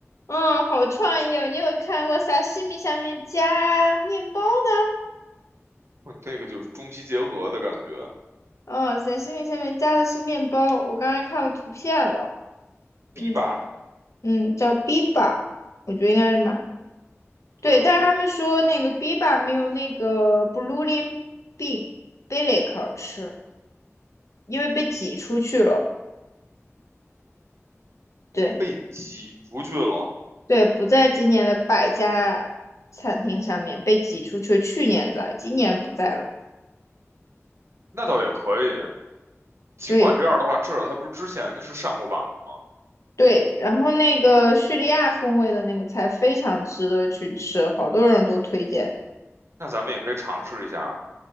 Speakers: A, on the left (about 75°); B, on the right (about 60°).
A: 嗯，好创意哦！你有看过沙西米下面加面包的？
B: <laughs> 嗯，这个就是中西结合的感觉。
A: 哦，沙西米下面加的是面包，我刚才看到图片了。嗯
B: 堤坝，
A: 嗯，叫 B 吧，我觉得应该是蛮。对，
B: 对啊，
A: 但是他们说那个 biba 没有那个 blue lim b bilic 好吃，因为被挤出去了。对
B: 被挤出去了，
A: 对，不在今年的百家餐厅上面被挤出去，去年在，今年不在了。
B: 那倒也可以。尽管这样的话，
A: 对
B: 至少它不是之前是上过榜的吗？
A: 对，然后那个叙利亚风味的那个菜非常值得去吃，好多人都推荐。
B: 那咱们也可以尝试一下